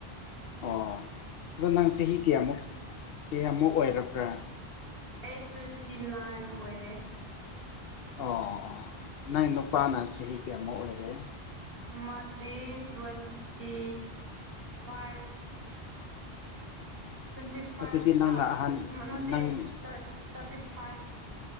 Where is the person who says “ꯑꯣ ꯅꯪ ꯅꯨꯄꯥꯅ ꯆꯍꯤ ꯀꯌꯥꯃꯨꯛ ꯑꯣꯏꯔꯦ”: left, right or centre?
Left